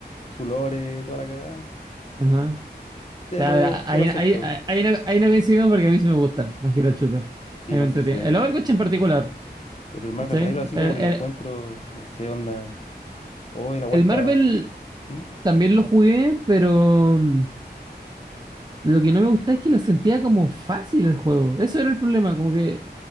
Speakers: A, on the left; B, on the right.
A: su lore, toda la cagada.
B: Ajá.
A: Te
B: Ya,
A: lo,
B: verá,
A: te
B: ahí,
A: lo acepto.
B: ahí, ahí, ahí no, ahí no coincidimos porque a mí sí me gustan los Hero Shooter.
A: Sí,
B: A mí
A: no,
B: me entretienen.
A: sí sé.
B: El Overwatch en particular,
A: Pero el Marvel
B: ¿cachai?
A: Rivals así
B: El,
A: como
B: el,
A: que lo encuentro, no sé, onda. Oh, la weá
B: el
A: está.
B: Marvel
A: ¿Mm?
B: también lo jugué, pero mm, lo que no me gusta es que lo sentía como fácil el juego. Eso era el problema, como que